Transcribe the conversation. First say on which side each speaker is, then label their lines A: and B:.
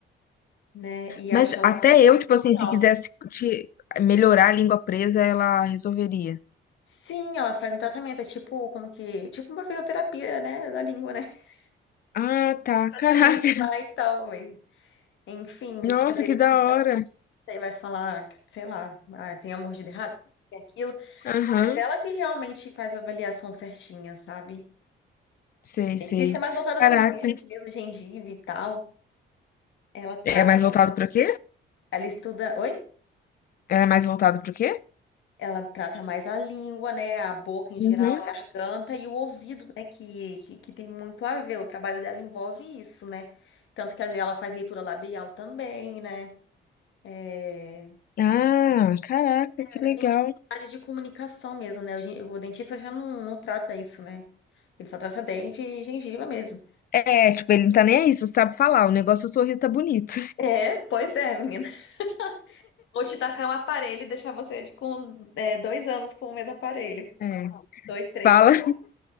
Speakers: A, on the left (about 75°); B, on the left (about 50°).
A: né? E
B: Mas
A: acha ela
B: até
A: super
B: eu,
A: essencial.
B: tipo assim, se quisesse te- melhorar a língua presa, ela resolveria.
A: Sim, ela faz um tratamento, é tipo, como que, tipo uma fisioterapia, né, da língua, né? <laughs>
B: Ah, tá.
A: Tratamento
B: Caraca.
A: lá e tal, mas, enfim,
B: <laughs> Nossa,
A: que às vezes
B: que da
A: a gente
B: hora.
A: vai você vai falar, que, sei lá, ah, tem a mordida errada, tem aquilo,
B: Aham.
A: mas ela que realmente faz a avaliação certinha, sabe?
B: Sei,
A: Dentista
B: sei.
A: é mais voltada
B: Caraca.
A: pro dente mesmo, gengiva e tal. Ela trata,
B: É mais voltado pro quê?
A: ela estuda, oi?
B: É mais voltado pro quê?
A: Ela trata mais a língua, né? A boca em
B: Uhum.
A: geral, a garganta e o ouvido, né? Que, que, que tem muito a ver. O trabalho dela envolve isso, né? Tanto que às vezes ela faz leitura labial também, né? É...
B: Ah, caraca,
A: É,
B: que legal.
A: Tem dificuldade de comunicação mesmo, né? O, gen- o dentista já não, não trata isso, né? Ele só trata dente e gengiva mesmo.
B: É, tipo, ele não tá nem aí, se você sabe falar. O negócio, é o sorriso tá bonito.
A: É, pois é, menina. <laughs> Ou te tacar um aparelho e deixar você de- com é, dois anos com o mesmo aparelho.
B: É.
A: Dois, três,
B: Fala.
A: quatro.